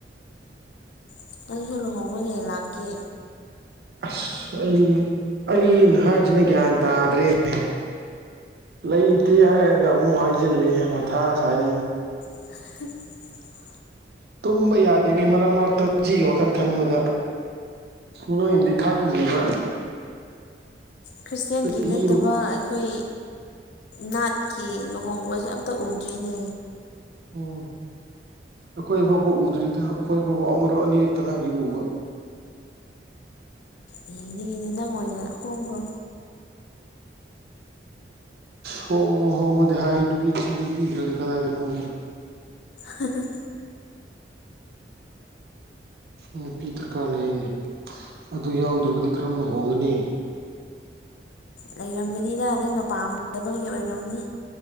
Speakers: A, on the left; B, on the right.
A: ꯑꯣ ꯅꯪꯁꯨ ꯂꯨꯍꯣꯉꯣ ꯏꯂꯥꯛꯀꯦ
B: ꯑꯁ ꯑꯩ ꯑꯩꯅ ꯍꯥꯏꯁꯤꯅ ꯒ꯭ꯌꯥꯟ ꯇꯥꯗ꯭ꯔꯦꯅꯦ ꯂꯩꯇꯦ ꯍꯥꯏꯔꯒ ꯑꯃꯨꯛ ꯍꯥꯏꯖꯤꯂꯦ ꯃꯊ ꯁꯥꯏ
A: ꯍ
B: ꯇꯨꯝꯕ ꯌꯥꯗꯦ ꯃꯤ ꯃꯔꯛ ꯃꯔꯛꯇ ꯃꯁꯤꯒꯤ ꯋꯥꯈꯜ ꯈꯟꯕꯗ ꯅꯣꯏꯅꯗꯤ ꯈꯪꯗ꯭ꯔꯤꯕ
A: ꯈ꯭ꯔꯤꯁꯇꯦꯟꯒꯤ
B: ꯆꯍꯤ
A: ꯅꯠ ꯅꯠꯇꯕ ꯑꯩꯈꯣꯏ ꯅꯥꯠꯀꯤ ꯂꯨꯍꯣꯡꯕꯁꯦ ꯑꯝꯇ ꯎꯗ꯭ꯔꯤꯅꯦ
B: ꯎꯝ ꯑꯩꯈꯣꯏ ꯐꯥꯎꯕ ꯎꯗ꯭ꯔꯤꯗ ꯑꯩꯈꯣꯏ ꯐꯥꯎꯕ ꯑꯃꯔꯛ ꯑꯅꯤꯔꯛꯇ ꯉꯥꯏꯔꯤ ꯎꯕ
A: ꯏꯅꯤꯉꯤꯅꯦ ꯅꯪ ꯑꯣꯏꯅꯥ ꯍꯣꯡꯈ꯭ꯔꯣ
B: ꯍꯣꯡꯉꯨ ꯍꯣꯡꯉꯨꯗꯤ ꯍꯥꯏ ꯅꯨꯄꯤꯗꯤ ꯁꯨꯡꯄꯤ ꯄꯤꯗ꯭ꯔꯒ ꯀꯗꯥꯏꯗ ꯍꯣꯡꯒꯦꯔ
A: ꯍꯥꯍꯥ
B: ꯅꯨꯄꯤ ꯗꯔꯀꯥꯔ ꯂꯩꯔꯤꯅꯦ ꯑꯗꯨ ꯌꯥꯎꯗ꯭ꯔꯕꯗꯤ ꯀꯔꯝꯅ ꯍꯣꯡꯒꯅꯤ꯫
A: ꯂꯩꯔꯝꯒꯅꯤꯗ ꯅꯪꯅ ꯄꯥꯝꯗꯕꯒꯤ ꯑꯣꯏꯔꯝꯅꯤ꯫